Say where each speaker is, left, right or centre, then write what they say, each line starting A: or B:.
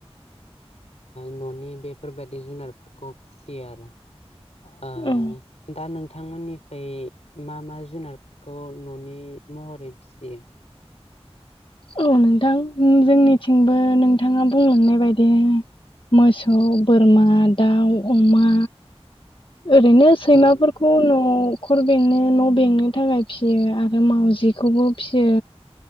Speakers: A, on the left; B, on the left.
A: न'नि बेफोरबायाददि जुनारफोरखौ फिसियो आरो ओ
B: औ
A: दा नोंथांमोननिखै मा मा जुनार खौ न'नि महरै फिसियो?
B: औ नोंथां जोंनिथिंबो नोंथाङा बुंलांनाय बायदि मोसौ बोरमा दाउ अमा ओरैनो सैमाफोरखौ
A: औ
B: खौ न'खर बेंनो न' बेंनो थाखाय फियो आरो मावउजिखौबो फियो